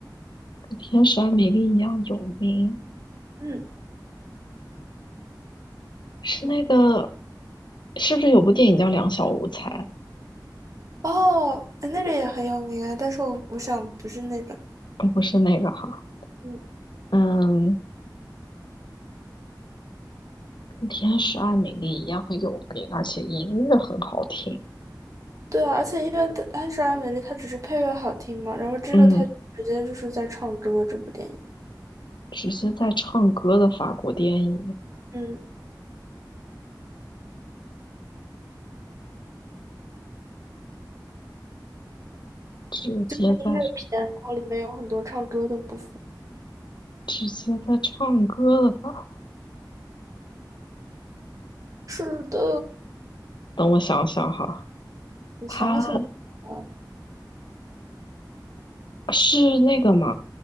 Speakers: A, on the left; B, on the right.
A: 跟《天使爱美丽》一样有名？
B: 嗯，
A: 是那个？是不是有部电影叫《两小无猜》？
B: 哦，哎那个也很有名啊，但是我我想不是那个。
A: 呃不是那个哈。
B: 嗯，
A: 嗯，跟《天使爱美丽》一样很有名，而且音乐很好听。
B: 对啊，而且因为《天使爱美丽》它只是配乐好听嘛，然后这个它直接就是在唱歌这部电影。
A: 嗯，直接在唱歌的法国电影，
B: 嗯，
A: 直接在
B: 是音乐片，然后里面有很多唱歌的部分。
A: 直接在唱歌的法国。
B: 是的，
A: 等我想想哈，
B: 你想想啊，
A: 他是那个吗？